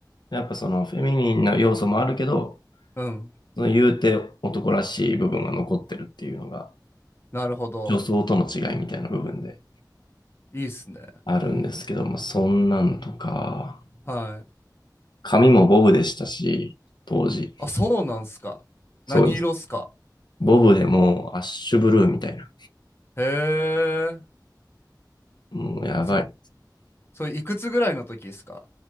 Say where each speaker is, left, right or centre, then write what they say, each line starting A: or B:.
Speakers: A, on the left; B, on the left.
A: やっぱそのフェミニンな要素もあるけど、
B: うん。
A: その言うて男らしい部分が残ってるっていうのが、
B: なるほど。
A: 女装との違いみたいな部分で
B: いいっすね。
A: あるんですけども、そんなんとか、
B: はい。
A: 髪もボブでしたし、当時。
B: あ、そうなんすか。
A: そうです。
B: 何色っすか。
A: ボブでもうアッシュブルーみたいな。
B: へえ。
A: もうやばい。
B: そ、それいくつぐらいの時っすか。